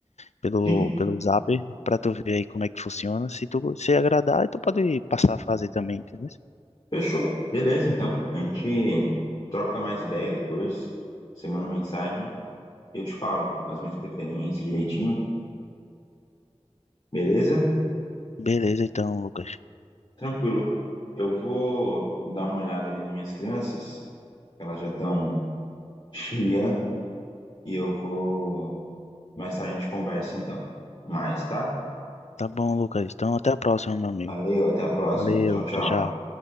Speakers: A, on the left; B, on the left.
A: pelo,
B: Sim,
A: pelo Zap pra tu ver aí como é que funciona. Se tu se agradar, aí tu pode passar a fazer também, entendeu?
B: fechou. Beleza, então. A gente troca mais ideia depois. Você manda mensagem. Eu te falo as minhas preferências direitinho, beleza?
A: Beleza, então, Lucas.
B: Tranquilo. Eu vou dar uma olhada ali nas minhas crianças, que elas já estão <laughs> chiando, e eu vou. Mais tarde a gente conversa então. mais, tá?
A: Tá bom, Lucas. Então, até a próxima, meu amigo.
B: Valeu, até a próxima.
A: Valeu,
B: Tchau, tchau.
A: tchau, tchau.